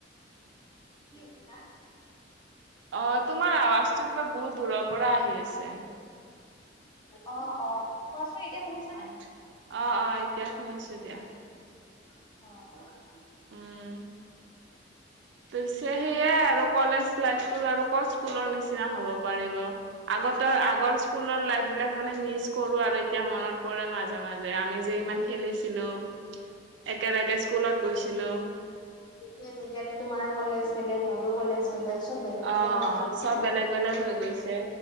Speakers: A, on the left; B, on the right.
A: কি কৈছা?
B: অ তোমাৰ আৱাজটো কিবা বহুত দূৰৰ পৰা আহি আছে।
A: অ' অ' কোৱাছোন এতিয়া শুনিছোঁ।
B: আ অ' অ' এতিয়া শুনিছো দিয়া।
A: অ',
B: উম, তো পিছে সেয়াই আৰু কলেজ লাইফটো আৰু কত স্কুলৰ নিচিনা হব পাৰিব। আগত আগৰ স্কুলৰ লাইফ বিলাক মানে মিচ কৰো আৰু এতিয়া মনত পৰে মাজে মাজে আমি যে ইমান খেলিছিলো, একেলগে স্কুলত গৈছিলোঁ।
A: সেইটোৱে টো এতিয়াটো তোমাৰো কলেজ বেলেগ মোৰো কলেজ। বেলেগ চব বেলেগ
B: অ'
A: বেলেগ হৈ গ'ল ন?
B: চব বেলেগ বেলেগ হৈ গৈছে